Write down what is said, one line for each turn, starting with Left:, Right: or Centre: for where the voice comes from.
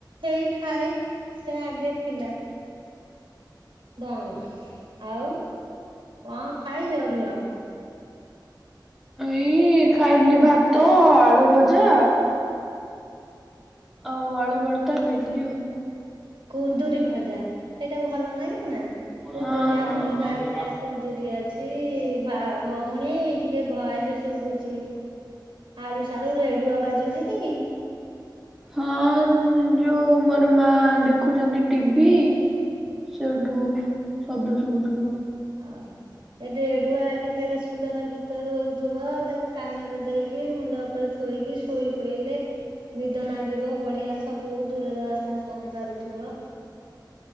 Right: ହେଇଥାଏ। ସେ ଆଗେ ଥିଲା। ଦାଣିଆ ଆଉ। କଣ ଖାଇଛ ଝିଅ?
Centre: ଏଇ ଖାଇଥିଲି ଭାତ ଆଳୁ ଭଜା। ଆଉ ଆଳୁ ଭର୍ତା ଖାଇଥିଲି ଆଉ।
Right: କୁନ୍ଦୁରି ଭଜା ସେଇଟା ବହୁ ଭଲ ନାଗେନା?
Centre: ହଁ
Right: କୁନ୍ଦୁରୁ ଆମର ବାରିରେ କୁନ୍ଦୁରି ଅଛି ବା ଭଉ ପୁଣି ଟିକେ ଭଏଯେ ସୁୁବୁଛି। ଆଳୁ, ସାରୁ ରେଡୁଓ ବାଜୁଛି କି?
Centre: ହଁ ଯୋଉ ମୋର ମା ଦେଖୁଛନ୍ତି ଟିଭି। ସେଇଠୁ ଶବ୍ଦ ଶୁବୁଥିବ।
Right: ଅ ଏ ରେଡୁଓ ଆଗେ କେଡେ ସୁନ୍ଦର ଗୀତ ଦଉଥିବ ତାକୁ କାନରେ ଦେଇକି। ମୁଣ୍ଡ ଉପରେ ଧୋଇକି ଶୋଇ ପଇଲେ। ନିଦ ନାଗିବ ବଢିଆ ସବୁ ଦୂର ଦଶା ଶୁଣିପାରୁଥୁବ।